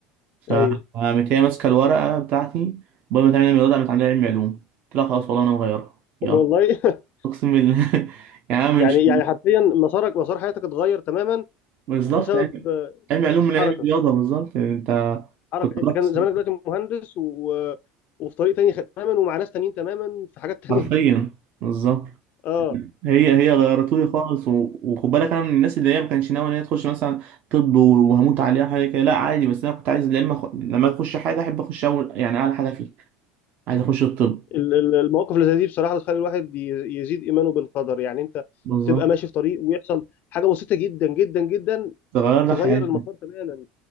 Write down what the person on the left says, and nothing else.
ايوه
والله <laughs>
يعني
يعني حرفيا مسارك مسار حياتك اتغير تماما
بسبب
آه،
حركه
حركه
انت كان
زمانك دلوقتي مهندس و وفي طريق تاني خ- تماما ومع ناس تانيين تماما في حاجات تانية
اه
ال- ال- المواقف اللي زي دي بصراحه بتخلي الواحد ي- يزيد ايمانه بالقدر يعني انت
تبقى ماشي في طريق ويحصل حاجه بسيطه جدا جدا جدا
تغير
المسار تماما